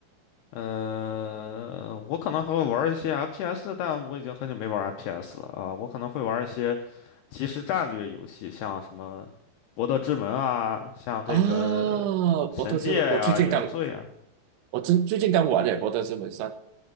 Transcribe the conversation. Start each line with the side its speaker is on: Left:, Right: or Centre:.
Left: 呃，我可能还会玩一些 FPS，但我已经很久没玩 FPS 了啊。我可能会玩一些。即时战略游戏，像什么《博德之门》啊，像这个
Right: 啊，博特之门，
Left: 《神界》呀、
Right: 我最近刚
Left: 原罪》啊。
Right: 我最最近刚玩了《哈利波特》这本三，